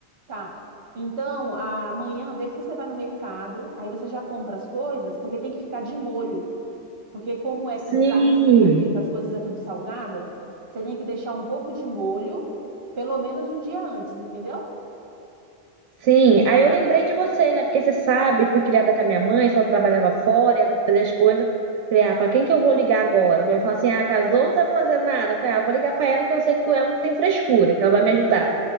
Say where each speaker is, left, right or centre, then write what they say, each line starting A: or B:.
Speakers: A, on the right; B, on the right.
A: Tá. Então, amanhã, vê se você vai no mercado, aí você já compra as coisas, porque tem que ficar de molho. Porque como é tudo
B: Sim.
A: carne seca, as coisas é tudo salgada, você tem que deixar um pouco de molho, pelo menos um dia antes, entendeu?
B: Sim, aí eu lembrei de você, né? Porque você sabe, fui criada com a minha mãe, só trabalhava fora, ela que fazia as coisas. Falei, ah, pra quem que eu vou ligar agora? Eu falar assim, ah, casou, não sabe fazer nada. Eu falei, ah, vou ligar pra ela que eu sei que com ela não tem frescura, que ela vai me ajudar.